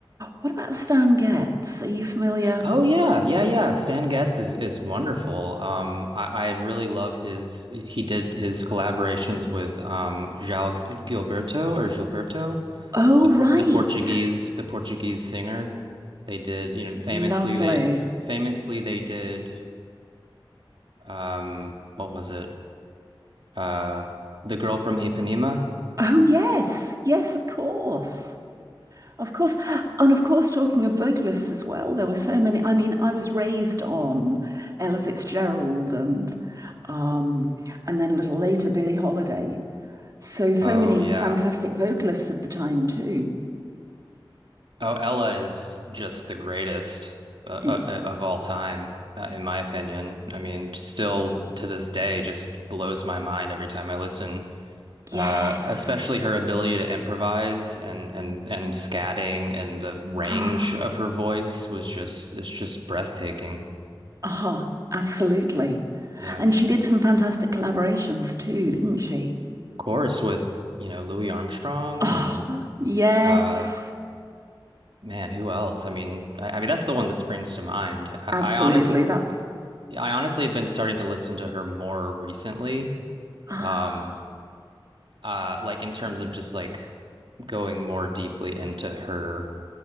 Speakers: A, on the right; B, on the right.
A: What about Stan Getz? Are you familiar?
B: Oh yeah, yeah, yeah. Stan Getz is is wonderful. Um, I, I really love his. He did his collaborations with um João Gilberto or Gilberto,
A: Oh,
B: the por
A: right.
B: the Portuguese the Portuguese singer. They did, you know, famously
A: Lovely.
B: they famously they did um what was it? Uh, the girl from Ipanema.
A: Oh, yes. Yes, of course. Of course. And of course, talking of vocalists as well, there were so many. I mean, I was raised on Ella Fitzgerald and um and then a little later Billie Holiday. So so
B: Oh
A: many
B: yeah.
A: fantastic vocalists of the time too.
B: Oh, Ella is just the greatest uh, uh,
A: Yeah.
B: of all time, uh, in my opinion. I mean, still to this day, just blows my mind every time I listen.
A: Yes.
B: Uh, especially her ability to improvise and and and scatting and the range
A: <gasps>
B: of her voice was just it's just breathtaking.
A: Uh-huh. Absolutely.
B: Yeah, of
A: And she did some fantastic collaborations too, didn't she?
B: course with you know Louis Armstrong
A: Oh,
B: and
A: yes.
B: uh, Man, who else? I mean, I, I mean that's the one that springs to mind. I,
A: Absolutely.
B: I honestly,
A: That's
B: I honestly have been starting to listen to her more recently.
A: <gasps>
B: Um,
A: ah,
B: uh, like in terms of just like going more deeply into her